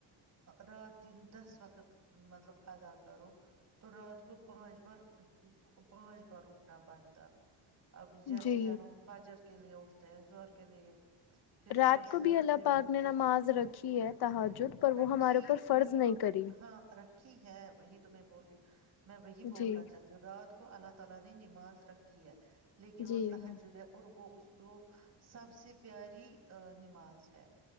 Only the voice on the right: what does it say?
رات دن دس وقت مطلب ادا کرو تو رات کو پانچ بار پانچ بار اٹھنا پڑتا اب جیسے
یار فاجر کے لیے اٹھتے ہیں زور کے لیے پھر
اصر
پھر
رکھی
رکھ
ہاں رک ہے وہی تو میں بول رہی ہوں میں وہی بولنا
چاہتی ہوں رات کو اللہ تعالا نے نماز کی ہے لیکن وہ
تحجد ہے اور وہ اس کو سب سے پیاری نماز ہے